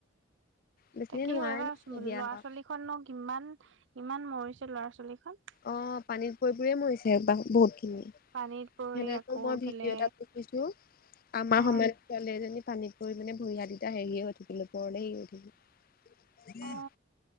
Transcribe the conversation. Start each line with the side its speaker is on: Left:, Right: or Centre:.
Left: বেছি
Right: তাকেহে
Left: দিন হোৱাই
Right: এইবাৰ
Left: নাছিলে
Right: ল'ৰা
Left: বিয়া হোৱা।
Right: ছোৱালী খননো কিমান ইমান মৰিছে ল'ৰা ছোৱালীখন।
Left: অঁ পানীত পৰি পৰি মৰিছে এইবাৰ বহুতখিনি।
Right: পানীত পৰি
Left: সেনেকৈ
Right: আকৌ
Left: মই
Right: এইফালে
Left: ভিডিঅ এটাত দেখিছোঁ, আমাৰ
Right: অ
Left: সমনীয়া ছোৱালী এজনী পানীত পৰি মানে ভূৰি হাত কিটা হেৰিয়ে হৈ থাকিলে ওপৰলে হেৰি হৈ থাকিল।
Right: অ